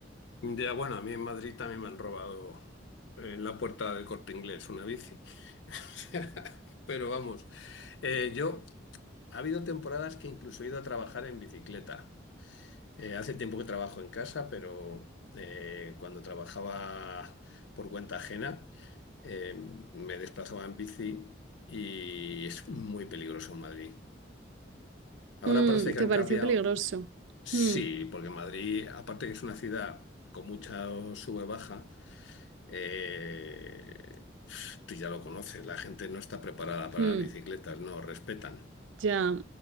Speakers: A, on the left; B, on the right.
A: Ya, bueno, a mí en Madrid también me han robado en la puerta del Corte Inglés una bici. <laughs> O sea, Pero vamos, eh, yo ha habido temporadas que incluso he ido a trabajar en bicicleta. Eh, hace tiempo que trabajo en casa, pero eh, cuando trabajaba por cuenta ajena, eh, me desplazaba en bici y es muy peligroso en Madrid. Ahora
B: Mm,
A: parece
B: ¿te
A: que han
B: pareció
A: cambiado,
B: peligroso?
A: Sí,
B: Mm,
A: porque Madrid, aparte que es una ciudad con mucha sube-baja, eh, tú ya lo conoces, la gente no está preparada para
B: mm.
A: las bicicletas, no respetan.
B: Ya,